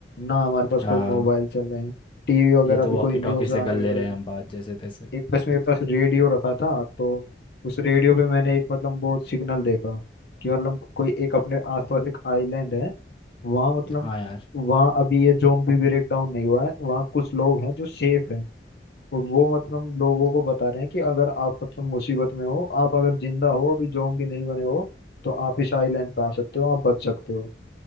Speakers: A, on the left (about 60°); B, on the left (about 30°).
A: ना हमारे पास
B: हाँ
A: कोई मोबाइल चल रहे हैं टीवी वगैरह
B: ये तो
A: पे
B: वॉकी
A: कोई न्यूज
B: टॉकी से
A: आ
B: कर
A: नहीं
B: ले
A: रही
B: रहे हैं हम बात जैसे तैसे
A: एक बस मेरे पास रेडियो रखा था तो उस रेडियो पे मैंने एक मतलब वो सिग्नल देखा कि मतलब कोई एक अपने आसपास एक आइलैंड है वहाँ मतलब
B: हाँ यार
A: वहाँ अभी ये ज़ोंबी ब्रेकडाउन नहीं हुआ है वहाँ कुछ लोग हैं जो सेफ हैं और वो मतलब लोगों को बता रहे हैं कि अगर आप मतलब मुसीबत में हो आप अगर जिंदा हो अभी ज़ोंबी नहीं बने हो तो आप इस आइलैंड पे आ सकते हो आप बच सकते हो